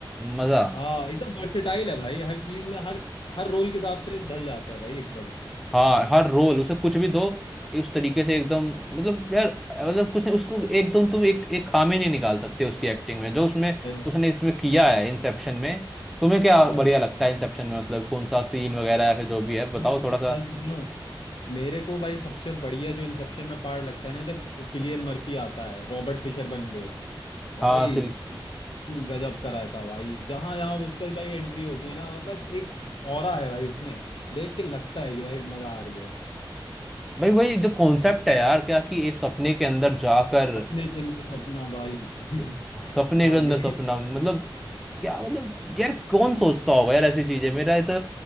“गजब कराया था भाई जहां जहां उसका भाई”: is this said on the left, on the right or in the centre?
Left